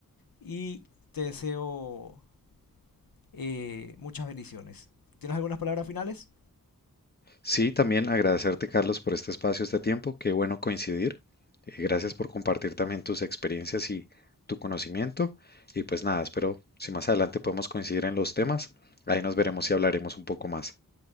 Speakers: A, on the left; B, on the left.
A: y te deseo eh, muchas bendiciones. ¿Tienes algunas palabras finales?
B: Sí, también agradecerte Carlos por este espacio, este tiempo, qué bueno coincidir. Eh, gracias por compartir también tus experiencias y tu conocimiento. Y pues nada, espero si más adelante podemos coincidir en los temas, ahí nos veremos y hablaremos un poco más.